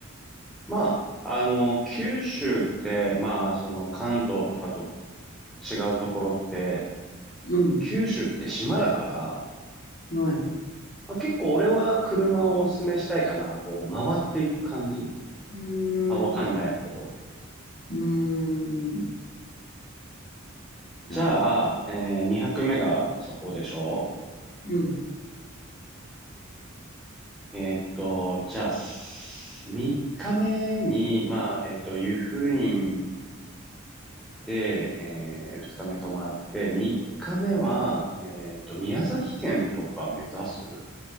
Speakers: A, in the centre; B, on the left.
A: まあ、あの、九州って、まあ、その関東とかと違うところって、
B: な。うん。
A: 九州って島だから、
B: はい。う
A: まあ、結構俺は車をお勧めしたいかな。こう、回っていく感じ
B: ーん。
A: あ、わかんないけど。
B: うーん。なるほど。
A: じゃあ、えー、2泊目がそこでしょ
B: うん。
A: えーっと、じゃあ、3日目に、まあ、えーっと、湯布院で、え2日目泊まって、3日目は、えーっと、宮崎県とか目指す